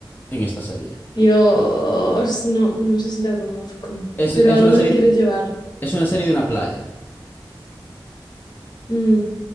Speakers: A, on the left; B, on the left.
A: en esta serie.
B: Dios, no, no sé si la conozco.
A: Es,
B: Pero
A: es
B: ¿a
A: una
B: dónde
A: serie,
B: me quieres
A: de-
B: llevar?
A: es una serie de una playa.
B: Mm,